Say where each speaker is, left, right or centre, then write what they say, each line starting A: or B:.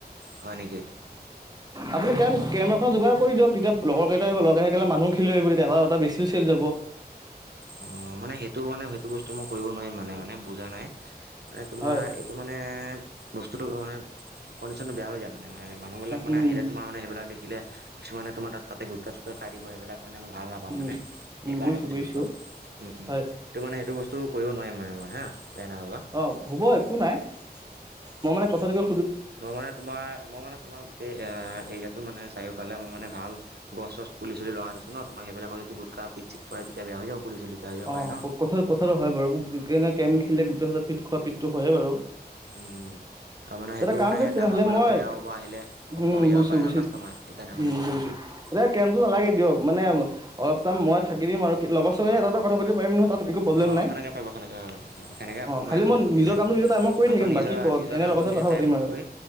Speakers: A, on the right (about 75°); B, on the right (about 25°).
A: হয় নেকি
B: আপুনি কে কেন এখন যোগাৰ কৰি দিয়ক তেতিয়া লগৰ কেইটা আহিব লগৰ থাকিলে মানুহ খিনি আহিব তেতিয়া হ এটা বেচিও চেল যাব
A: অ মানে সেইটো মানে সেইটো বস্তু মই কৰিব নোৱাৰিম মানে মানে বুজা নাই মানে তোমাৰ
B: হয়
A: এইটো মানে বস্তুটো মানে কণ্ডিচনটো বেয়া হৈ যায় মানে মানুবিলাক মানে
B: উম
A: আহিলে তোমাৰ মানে এইবিলাক দেখিলে কিছুমানে তোমাৰ তাতে গুটখা চুটখাই দিব সেইবিলাক মানে ভাল নাপাওঁ
B: উম
A: মানে সেইকাৰণে
B: উম বুজিছো
A: কৈছিলোঁ
B: বুজিছো
A: তোমাক উম উম
B: হয়
A: সেইটো মানে সেইটো বস্তু কৰিব নোৱাৰিম মানে মই হা বেয়া নাপাবা
B: অ হব একো নাই মই মানে কথাটোকে
A: মই মানে তোমাৰ মই মানে তোমাৰ গোটেই এ এইয়াত তো মানে চাৰিওফালে মানে মই ভাল গছ চচ পুলি চুলি লগাই থইছো ন সেই বিলাকত গুটখা পিক চিক পৰে তেতিয়া বেয়া হয় যাব পুলি চুলি বেয়া হৈ যাব
B: অ
A: পাৰে ন
B: কথা কথাটো হয় বাৰু গেম এ
A: উম
B: কেম
A: উম
B: খেলিলে গুটখা খাই পিক খোৱা পিতটো হয়ে আৰু
A: উম উম আৰু মানে সেইটো
B: কাম
A: মানে
B: কৰিম
A: সেই
B: তেনেহ'লে
A: গ্ৰাহকবিলাকো
B: মই
A: বেয়া পাব আহিলে আকৌ
B: উম
A: কমি
B: বুজিছো
A: যাব পাৰে
B: বুজিছো
A: ন কাষ্টমাৰ সেইকাৰণে
B: উম
A: মানে কৈছো
B: বুজিছো
A: মই তোমাক
B: এ কেমটো নালাগে দিয়ক মানে অলপ টাইম মই থাকি দিম আৰু লগৰ চগৰ লগত এটা দুটা কথা পাতিব পাৰিম নহয় তাত একো প্ৰব্লেম
A: অ
B: নাই
A: সেনকে পাৰিব সেনেকে অ সেনেকে
B: অ
A: প মই
B: খালি
A: একো আপত্তি
B: নিজৰ
A: নাই
B: কামটো নিজৰ টাইমত কৰি
A: মাত্ৰ
B: থাকিম
A: নিজৰ
B: বাকী কওক
A: নিজৰ
B: এনে
A: কাম
B: লগৰ
A: কামটো
B: লগত
A: নিজৰ
B: কথা
A: টাইমত
B: পাতিম আৰু
A: কৰি